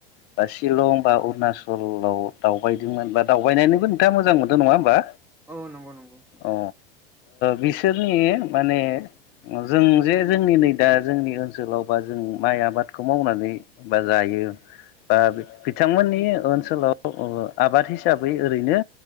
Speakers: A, on the left (about 35°); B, in the centre.
A: बा सिशिलं बा अरुणाचलाव दावबायदोंमोन बा दावबायनायनिबो नोंथाङा मोजां मोनदों नङा होमबा
B: औ नंगौ नंगौ
A: अ आ बिस बिसोरनि माने जों जे जोंनि नै दा जोंनि ओनसोलाव बा जों माइ आबादखौ मावनानै बा जायो बा बिथांमोननि ओनसोलाव आबाद हिसाबै ओरैनो